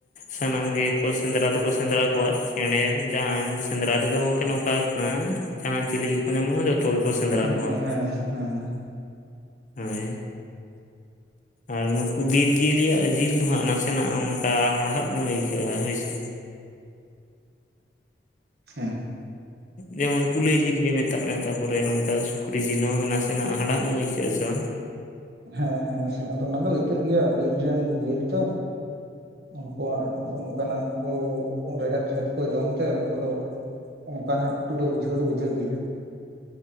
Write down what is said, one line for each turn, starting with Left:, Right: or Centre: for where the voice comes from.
Left: ᱥᱟᱱᱟᱢ ᱜᱮᱠᱚ ᱥᱮᱸᱫᱽᱨᱟ ᱫᱚᱠᱚ ᱥᱮᱸᱫᱽᱨᱟ ᱠᱚᱣᱟ ᱪᱮᱬᱮ, ᱡᱟᱱ ᱥᱮᱸᱫᱽᱨᱟ ᱛᱮᱫᱚ ᱜᱚᱝᱠᱮ ᱱᱚᱝᱠᱟ ᱠᱟᱱᱟ ᱡᱟᱦᱟᱸᱟᱱ ᱪᱤᱞᱤ ᱠᱚᱠᱚ ᱧᱟᱢᱚᱜᱼᱟ ᱡᱚᱛᱚ ᱜᱮᱠᱚ ᱥᱮᱸᱫᱽᱨᱟ
Right: ᱩᱱᱠᱩ
Left: ᱠᱚᱣᱟ
Right: ᱦᱮᱸ ᱦᱮᱸ
Left: ᱦᱳᱭ
Right: ᱦ
Left: ᱟᱨ ᱱᱩᱠᱩ ᱵᱤᱨ ᱡᱤᱭᱟᱹᱤᱭᱟᱜ ᱡᱤᱞ ᱫᱚ ᱦᱟᱸᱜ ᱱᱟᱥᱮᱱᱟᱜ ᱚᱱᱠᱟ ᱦᱟᱲᱦᱟᱜ ᱧᱚᱜ ᱟᱹᱭᱠᱟᱹᱜᱼᱟ ᱦᱳᱭᱥᱮ
Right: ᱦᱮᱸ
Left: ᱡᱮᱢᱚᱱ ᱠᱩᱞᱟᱹᱭ ᱡᱤᱞ ᱜᱮ ᱢᱮᱛᱟᱜ ᱢᱮ ᱛᱟᱯᱚᱨᱮ ᱚᱱᱠᱟ ᱥᱩᱠᱨᱤ ᱡᱤᱞ ᱦᱚᱸ ᱱᱟᱥᱮᱱᱟᱜ ᱦᱟᱲᱦᱟᱜ ᱧᱚᱜ ᱟᱹᱭᱠᱟᱹᱜ-ᱟ ᱥᱮ
Right: ᱦᱮᱸ ᱦᱮᱸ ᱱᱟᱥᱮᱱᱟᱜ ᱫᱚ ᱚᱱᱟ ᱫᱚ ᱟᱹᱭᱠᱟᱹᱜ ᱜᱮᱭᱟ ᱵᱤᱨ ᱨᱮᱱ ᱡᱤᱭᱟᱹᱞᱤ ᱛᱚ ᱩᱱᱠᱩᱣᱟᱜ ᱚᱱᱠᱟᱱᱟᱜ ᱠᱚ ᱨᱮᱦᱮᱫ ᱴᱮᱦᱮᱫ ᱠᱚ ᱡᱚᱢ ᱛᱮ ᱩᱱᱠᱩ ᱫᱚ ᱚᱱᱠᱟ ᱧᱚᱜ ᱮᱠᱴᱩ ᱫᱚ ᱵᱩᱡᱷᱟᱹᱣ ᱫᱚ ᱵᱩᱡᱷᱟᱹᱜ ᱜᱮᱭᱟ